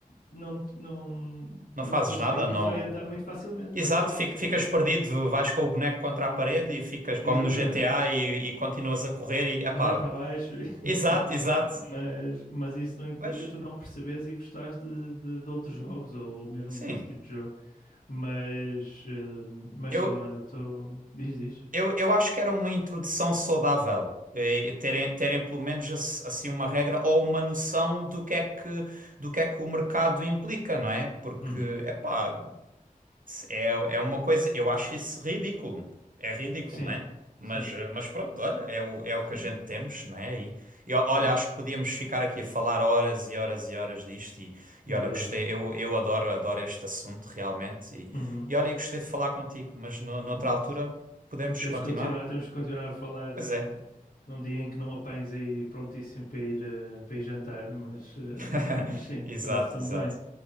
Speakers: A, on the left; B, on the right.
A: não, não,
B: Não
A: não
B: fazes
A: te consegues
B: nada, não.
A: orientar muito facilmente,
B: Exato,
A: mas gostas,
B: fi-
A: estás
B: ficas
A: a ver?
B: perdido, vais com o boneco contra a parede
A: Uhum,
B: e ficas como
A: Exatamente.
B: no GTA e, e continuas a correr e epá,
A: Olhar para baixo, e- <laughs>
B: exato, exato.
A: mas, mas isso não implica
B: Mas
A: tu não perceberes e gostares de, de, de outros jogos ou, ou mesmo
B: sim,
A: desse tipo de jogo. Mas, eh, mas
B: eu,
A: sim, olha, estou. Diz, diz.
B: eu, eu acho que era uma introdução saudável. eh, Terem, terem pelo menos ass- assim uma regra ou uma noção do que é que, do que é que o mercado implica, não é? Porque,
A: Uhum.
B: epá, É, é uma coisa, eu acho isso ridículo. É ridículo,
A: Sim,
B: né? Mas,
A: sim,
B: eh, mas pronto, olha, é o, é o
A: sim,
B: que a gente temos, né? E, e o- olha,
A: sim,
B: acho que podíamos ficar aqui a falar horas e horas e horas disto. E, e
A: na
B: olha,
A: verdade.
B: gostei, eu, eu adoro, adoro este assunto realmente. E,
A: Uhum.
B: e olha, eu gostei de falar contigo, mas no, noutra
A: é
B: altura
A: Isso.
B: podemos
A: Temos
B: continuar?
A: que continuar, temos que continuar a falar
B: Pois
A: eh,
B: é,
A: num dia em que não apanhes aí prontíssimo para ir, eh, para ir jantar, mas, eh,
B: <laughs>
A: mas sim,
B: exato,
A: parece-me
B: exato.
A: bem.